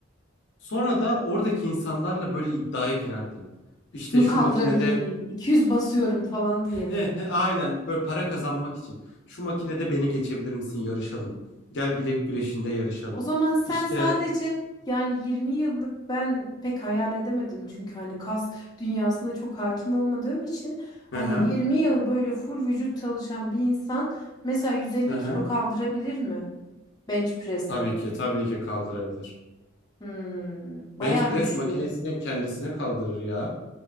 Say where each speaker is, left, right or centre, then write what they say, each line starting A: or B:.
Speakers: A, on the left; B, on the left.
A: Sonra da oradaki insanlarla böyle iddiaya girerdim. İşte
B: Bunu
A: şu
B: kaldırabilir
A: makinede
B: miyim? 200 basıyorum falan
A: <laughs>
B: diye
A: he
B: mi?
A: he, aynen böyle para kazanmak için. Şu makinede beni geçebilir misin? Yarışalım. Gel bilek güreşinde yarışalım.
B: O zaman sen
A: İşte
B: sadece yani 20 yıllık ben pek hayal edemedim çünkü hani kas dünyasına çok hakim olmadığım için hani
A: hı hı
B: 20 yıl böyle full vücut çalışan bir insan mesela 150
A: hı hı.
B: kilo kaldırabilir mi bench press'te?
A: Tabii ki tabii ki kaldırabilir.
B: Hmm, bayağı
A: Bench press
B: güçlü.
A: makinesinin kendisini kaldırır ya.